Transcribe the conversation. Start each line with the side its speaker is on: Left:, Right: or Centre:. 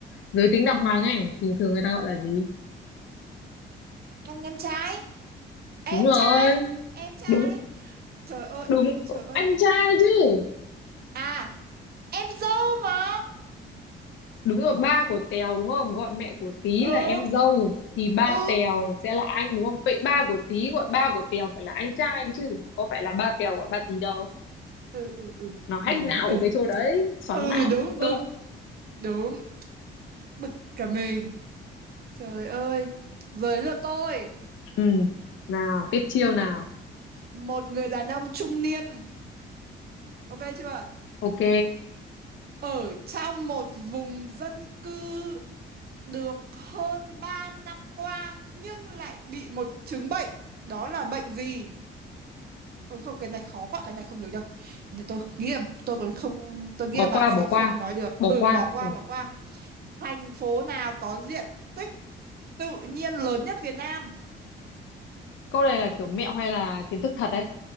Left: giới tính đàng hoàng ấy thì thường người ta gọi là gì
Right: anh em trai em
Left: Đúng rồi,
Right: trai em trai
Left: đúng
Right: trời ơi
Left: đúng
Right: trời ơi
Left: anh trai chứ.
Right: à em dâu mà
Left: Đúng rồi, ba của Tèo đúng không? Gọi mẹ của Tí
Right: ừ
Left: là em dâu thì ba
Right: ừ
Left: Tèo sẽ là anh đúng không? Vậy ba của Tí gọi ba của Tèo phải là anh trai đấy chứ, có phải là ba Tèo gọi ba Tí đâu.
Right: ừ ừ ừ
Left: Nó
Right: ừ
Left: hack não
Right: ừ
Left: của cái chỗ đấy, xoắn
Right: ừ
Left: não
Right: đúng
Left: chưa?
Right: đúng đúng bực cả mình trời ơi giờ đến lượt tôi
Left: Ừ. Nào, tiếp chiêu nào.
Right: một người đàn ông trung niên ok chưa
Left: Ok,
Right: ở trong một vùng dân cư được hơn 3 năm qua nhưng lại bị một chứng bệnh đó là bệnh gì Ôi không, cái này khó quá, cái này không được đâu. Nhưng Tôi nghĩ là tôi còn không, tôi nghĩ
Left: bỏ
Right: là bạn
Left: qua
Right: sẽ
Left: bỏ qua.
Right: không nói được.
Left: Bỏ
Right: Ừ,
Left: qua.
Right: bỏ qua,
Left: Ừ.
Right: bỏ qua. Thành phố nào có diện tích tự nhiên lớn nhất Việt Nam?
Left: Câu này là kiểu mẹo hay là kiến thức thật đấy?